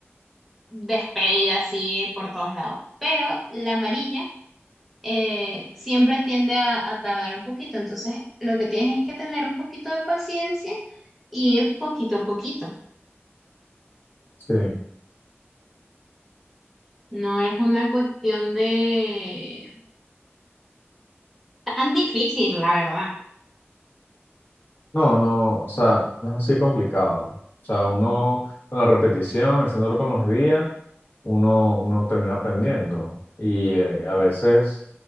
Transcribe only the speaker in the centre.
despedida así por todos lados, pero la amarilla eh, siempre tiende a, a tardar un poquito. Entonces, lo que tienes es que tener un poquito de paciencia y ir poquito a poquito.
No es una cuestión de tan difícil, la verdad.